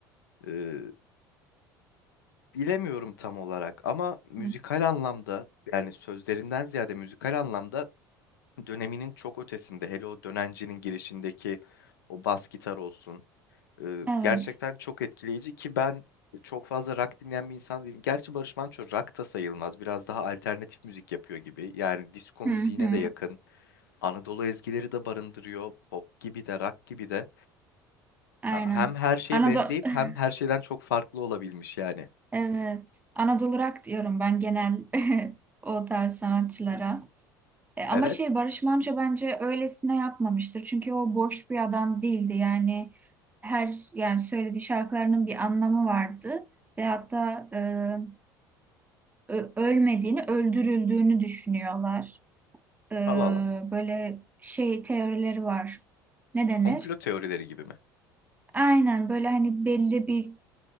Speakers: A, on the left; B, on the right.
A: e, bilemiyorum tam olarak ama müzikal
B: Hı.
A: anlamda yani sözlerinden ziyade müzikal anlamda döneminin çok ötesinde. Hele o dönencinin girişindeki o bas gitar olsun. Ee,
B: Evet.
A: gerçekten çok etkileyici ki ben çok fazla rock dinleyen bir insan değilim. Gerçi Barış Manço rock da sayılmaz. Biraz daha alternatif müzik yapıyor gibi. Yani disco
B: Hı
A: müziğine
B: hı.
A: de yakın. Anadolu ezgileri de barındırıyor. Pop gibi de rock gibi de.
B: Aynen.
A: Ha, Hem her şeye
B: Anadolu
A: benzeyip
B: <laughs>
A: hem her şeyden çok farklı olabilmiş yani.
B: evet. Anadolu rock diyorum ben genel <laughs> o tarz sanatçılara. E, ama
A: Evet.
B: şey Barış Manço bence öylesine yapmamıştır. Çünkü o boş bir adam değildi. Yani her yani söylediği şarkılarının bir anlamı vardı ve hatta e, ö- ölmediğini, öldürüldüğünü düşünüyorlar. E,
A: Allah Allah.
B: böyle şey teorileri var. Ne denir?
A: Komplo teorileri gibi mi?
B: Aynen böyle hani belli bir